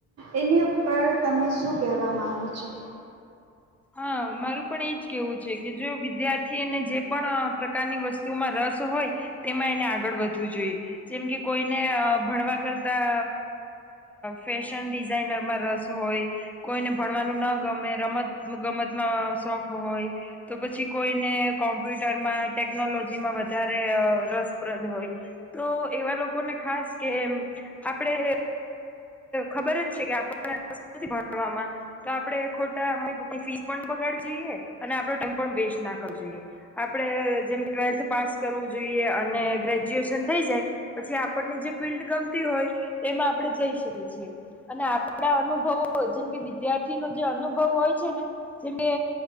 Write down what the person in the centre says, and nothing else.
હા મારું પણ એજ. કેવું છે કે જો વિદ્યાર્થી એને જે પણ પ્રકારની વસ્તુમાં રસ હોય તેમાં એને આગળ વધવું જોઈએ જેમ કે કોઈને ભણવા કરતા ફેશન ડિઝાઇનરમાં રસ હોય. કોઈને ભણવાનું ના ગમે રમત. ગમતમાં શોખ હોય તો પછી કોઈને કોમ્પ્યુટરમાં ટેકનોલોજીમાં વધારે રસપ્રદ હોય તો એવા લોકોને ખાસ કે આપણે. ખબર જ છે કે આપ ભણવામાં તો આપડણે ખોટા મી પપ્પની ફીસ પણ બગાડવી જોઈએ અને આપડો ટાઈમ પણ વેસ્ટ ના કરવો જોઈએ આપડે જેમ ટ્વેલ્થ પાસ કરવું જોઈએ અને ગ્રેજ્યુએશન થઈ જાય પછી આપણને જે ફિલ્ડ ગમતી હોય તેમાં આપડે જઈ શકીએ. અને આપણા અનુભવો જેમ કે વિદ્યાર્થી નો જે અનુભવ હોય છે ને જેમ કે